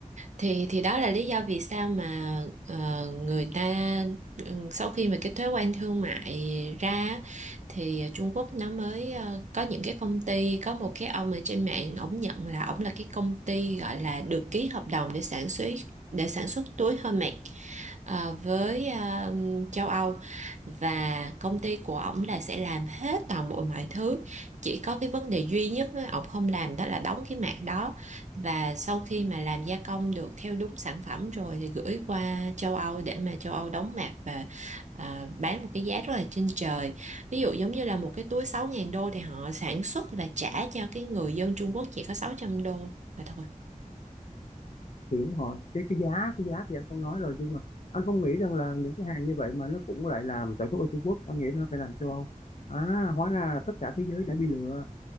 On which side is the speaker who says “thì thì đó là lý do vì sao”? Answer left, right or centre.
Right